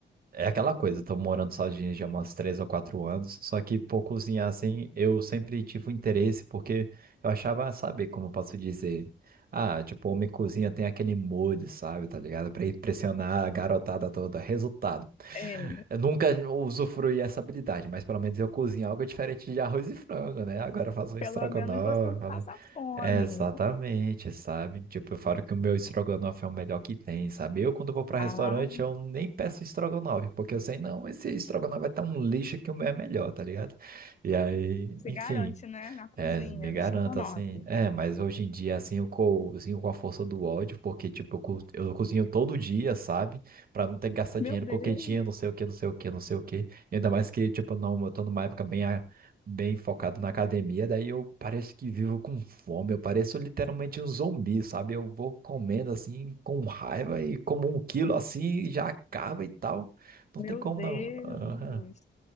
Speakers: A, on the right; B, on the left.
A: É aquela coisa, eu tô morando sozinho já há umas três ou quatro anos, só que por cozinhar assim, eu sempre tive um interesse, porque eu achava, sabe, como eu posso dizer. Ah, tipo, homem cozinha tem aquele molho, sabe, tá ligado? Pra impressionar a garotada toda. Resultado.
B: É,
A: Eu nunca usufruí essa habilidade, mas pelo menos eu cozinho algo diferente de arroz e frango, né? Agora eu faço um
B: pelo
A: estrogonofe.
B: menos você não
A: falo-
B: passa fome.
A: É, exatamente, sabe? Tipo, eu falo que o meu estrogonofe é o melhor que tem, sabe? Eu, quando vou para
B: Ah,
A: restaurante, eu nem peço estrogonofe, porque eu sei, não, esse estrogonofe é tão lixo que o meu é melhor, tá ligado? E aí,
B: se
A: enfim.
B: garante, né? Na cozinha,
A: É, me garanto,
B: no estrogonofe.
A: assim. É, mas hoje em dia, assim, eu cozinho com a força do ódio, porque, tipo, eu, co- eu cozinho todo dia, sabe? Pra não ter que gastar
B: Meu
A: dinheiro
B: Deus,
A: com quentinha, não sei o que, não sei o que, não sei o que. Ainda mais que, tipo, não, eu tô numa época bem, a- bem focado na academia, daí eu pareço que vivo com fome, eu pareço literalmente um zumbi, sabe? Eu vou comendo, assim, com raiva e como um quilo, assim, e já acaba e tal. Não
B: meu
A: tem como,
B: Deus.
A: não. Aham.